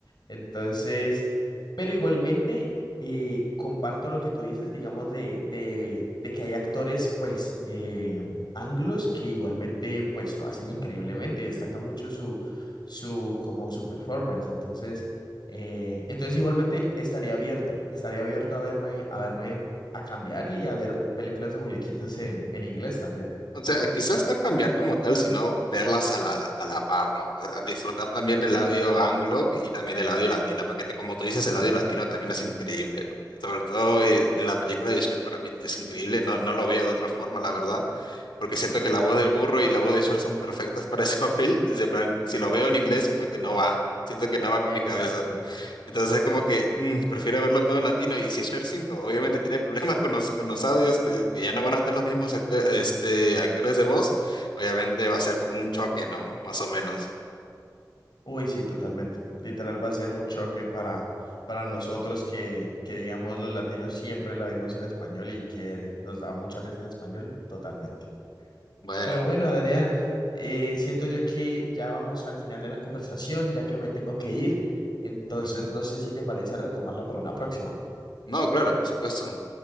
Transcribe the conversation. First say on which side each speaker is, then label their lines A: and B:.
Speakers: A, on the left; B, on the left.
A: Entonces, pero igualmente eh, comparto lo que tú dices, digamos, de, de, de que hay actores, pues, eh, anglos que igualmente, pues, lo hacen increíblemente y destacan mucho su, su, como su performance. Entonces, eh, entonces igualmente estaría abierto, estaría abierto a verme, a verme, a cambiar y a ver películas de muñequitos en, en inglés también.
B: O sea, quizás no cambiar como tal, sino verlas a la, a la par, ¿no? O sea, disfrutar también del audio anglo y también del audio latino, porque te- como tú dices, el audio latino también es increíble, ¿no? Sobre todo eh, en la película de Cher para mí es increíble, no, no lo veo de otra forma, la verdad, porque siento que la voz del burro y la voz de Cher son perfectas para ese <laughs> papel. Es de plan, si lo veo en inglés, siento que no va, siento que no va con
A: Exacto.
B: mi cabeza. Entonces es como que mm, prefiero verlo todo en latino. Y si Share 5 obviamente tiene problemas con los, con los audios, que, que ya no van a estar los mismos acto- este, actores de voz, obviamente va a ser como un choque, ¿no? Más o menos.
A: Uy, sí, totalmente. Literal va a ser un choque para, para nosotros que, que, digamos, los latinos siempre la vimos en español y que nos da mucha risa en español, totalmente.
B: Bueno,
A: Pero bueno, Adrián, eh, siento yo que ya vamos al final de la conversación, ya que me tengo que ir. Entonces,
B: Ujú.
A: no sé si te parece retomarla para una próxima.
B: no, claro, por supuesto.